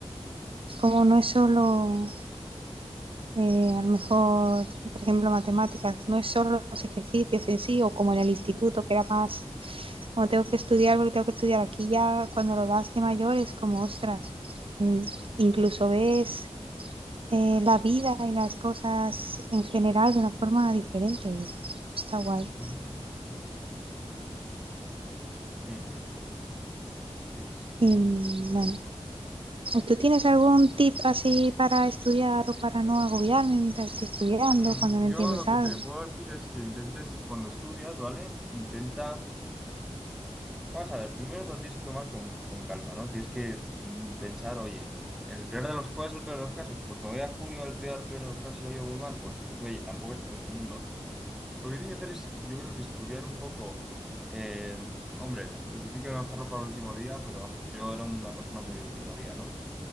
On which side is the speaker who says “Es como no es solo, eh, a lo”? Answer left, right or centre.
Right